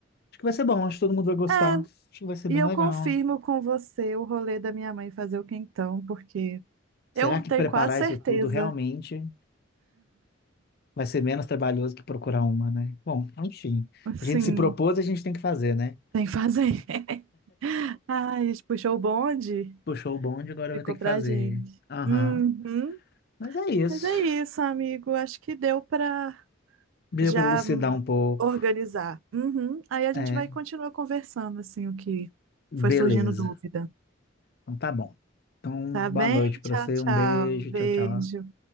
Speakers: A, on the left (about 50°); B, on the right (about 80°).
A: que vai ser bom. Acho que todo mundo vai gostar.
B: É,
A: Acho que vai ser bem
B: e eu
A: legal.
B: confirmo com você o rolê da minha mãe fazer o quentão, porque
A: Será
B: eu
A: que
B: tenho
A: preparar
B: quase certeza.
A: isso tudo realmente vai ser menos trabalhoso que procurar uma, né? Bom, enfim.
B: Sim.
A: A gente se propôs, a gente tem que fazer, né?
B: Tem que fazer. <laughs> Ai, a gente puxou o bonde,
A: Puxou o bonde, agora
B: ficou
A: vai ter que
B: pra
A: fazer.
B: gente.
A: Aham.
B: Uhum.
A: Mas é isso.
B: Mas é isso, amigo. Acho que deu pra
A: Deu
B: já
A: para elucidar um pouco.
B: organizar. Uhum. Aí a
A: É,
B: gente vai continuar conversando, assim, o que
A: beleza.
B: foi surgindo dúvida.
A: Então tá bom. Então,
B: Tá
A: boa
B: bem?
A: noite para
B: Tchau,
A: você.
B: tchau.
A: Um beijo.
B: Beijo.
A: Tchau, tchau.